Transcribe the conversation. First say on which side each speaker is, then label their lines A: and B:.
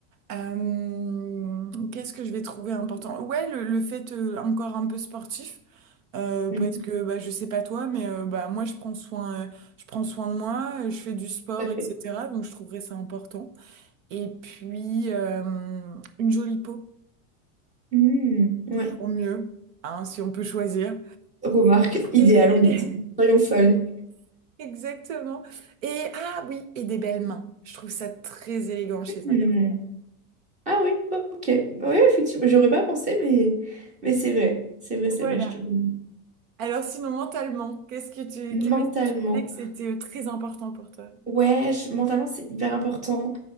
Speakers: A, on the right; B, on the right.
A: Euh, qu'est-ce que je vais trouver important? Ouais, le, le fait euh, encore un peu sportif, euh,
B: Mm,
A: parce que bah, je sais pas toi, mais euh, bah, moi je prends soin, euh, je prends soin de moi, euh, je fais du sport,
B: Tout à fait.
A: etc. Donc je trouverais ça important. Et puis euh, une jolie peau,
B: Mm. Ouais.
A: toujours mieux, hein, si on peut choisir.
B: Remarque idéale,
A: Et-
B: on a dit. Soyons folles.
A: <laughs> Exactement. Et ah oui, et des belles mains. Je trouve ça très élégant chez
B: Hmm.
A: un garçon.
B: Ah oui, ok. Oui, effectivement, j'aurais pas pensé, mais, mais c'est vrai. C'est vrai,
A: Voilà.
B: c'est vrai, je te le dis.
A: Alors sinon, mentalement, qu'est-ce que tu, qu'est-
B: Mentalement.
A: ce que tu disais que c'était euh, très important pour toi?
B: Ouais, je- mentalement, c'est hyper important.